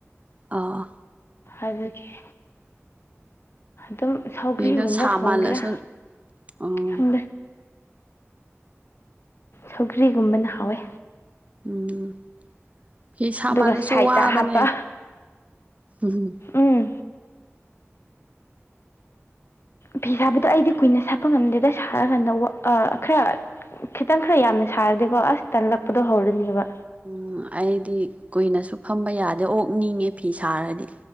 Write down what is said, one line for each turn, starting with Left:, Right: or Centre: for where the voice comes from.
Right: ꯑꯥ
Left: ꯑꯗꯨꯗꯒꯤꯦ ꯑꯗꯨꯝ ꯁꯧꯒ꯭ꯔꯤꯒꯨꯝꯕ
Right: ꯐꯤꯗꯣ ꯁꯥ
Left: ꯊꯣꯡꯒꯦꯔꯥ
Right: ꯃꯥꯜꯂꯁꯨ ꯑꯥ
Left: ꯈꯪꯗ꯭ꯔꯦ ꯁꯧꯒ꯭ꯔꯤꯒꯨꯝꯕꯅ ꯍꯥꯎꯋꯦ
Right: ꯎꯝ ꯐ ꯁꯥꯃꯜꯂꯁꯨ
Left: ꯑꯗꯨꯒ ꯁꯥꯏꯗꯇ
Right: ꯋꯥꯕꯅꯦ
Left: ꯍꯥꯞꯄ
Right: ꯎꯝ
Left: ꯎꯝ ꯐꯤ ꯁꯥꯕꯗꯣ ꯑꯩꯗꯤ ꯀꯨꯏꯅ ꯁꯥꯄ ꯉꯝꯗꯦꯗ ꯁꯥꯔꯀꯥꯟꯗ ꯈꯔ ꯈꯤꯇꯪ ꯈꯔ ꯌꯥꯝꯅ ꯊꯥꯔꯗꯤꯀꯣ ꯑꯁ ꯇꯜꯂꯛꯄꯗꯣ ꯍꯧꯔꯅꯦꯕ
Right: ꯎꯝ ꯑꯩꯗꯤ ꯀꯨꯏꯅꯁꯨ ꯐꯝꯕ ꯌꯥꯗꯦ ꯑꯣꯛ ꯅꯤꯡꯉꯦ ꯐꯤ ꯁꯥꯔꯗꯤ